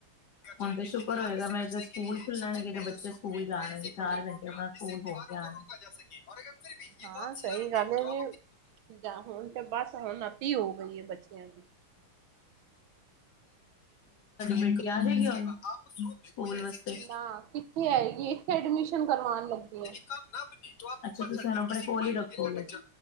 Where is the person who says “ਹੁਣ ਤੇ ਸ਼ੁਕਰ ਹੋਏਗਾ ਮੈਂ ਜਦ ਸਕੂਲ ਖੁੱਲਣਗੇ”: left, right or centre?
Left